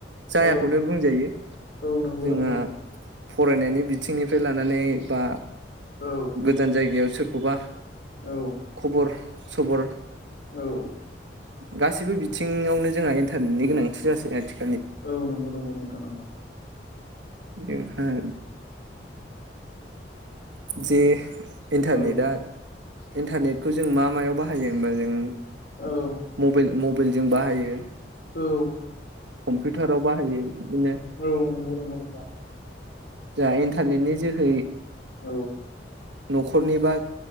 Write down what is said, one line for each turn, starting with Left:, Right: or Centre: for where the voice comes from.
Right: जायाखौनो
Left: औ
Right: बुंजायो
Left: औ नंगौ
Right: जोंहा
Left: नंगौ नोंथां
Right: फरायनायनि बिथिंनिफ्राय लानानै बा
Left: औ
Right: गोजान जायगायाव सोरखौबा
Left: औ
Right: खबर सबर
Left: औ
Right: गासैबो बिथिङावनो जोंहा इन्टारनेटनि गोनांथि जासै आरोखि
Left: औ नंगौ नंगौ नोंथां नोंगौ
Right: बेनिफ्राय जे इन्टारनेटआ
Left: औ
Right: इन्टारनेटखौ जों मा मायाव बाहायो होमबा जों
Left: औ
Right: मबेल मबेलजों बाहायो
Left: औ
Right: कम्पिउटाराव बाहायो बिदिनो
Left: औ नंगौ नंगौ नोंथां
Right: जा इन्टारनेटनि जोहै
Left: औ
Right: न'खरनिबा